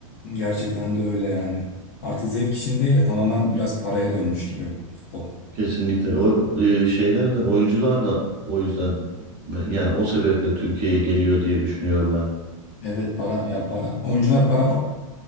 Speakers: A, on the left (about 25°); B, on the right (about 25°).
A: gerçekten de öyle yani. Artık zevk için değil de tamamen biraz paraya dönmüş gibi futbol.
B: Kesinlikle o e, şeyler de oyuncular da o yüzden ben- yani o sebeple Türkiye'ye geliyor diye düşünüyorum ben.
A: Evet para ya para. Oyuncular para